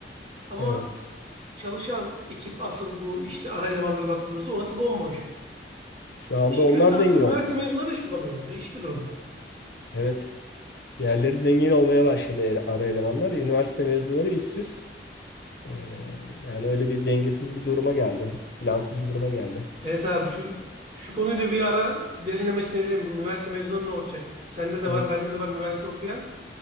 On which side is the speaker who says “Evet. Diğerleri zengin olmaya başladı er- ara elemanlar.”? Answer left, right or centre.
Left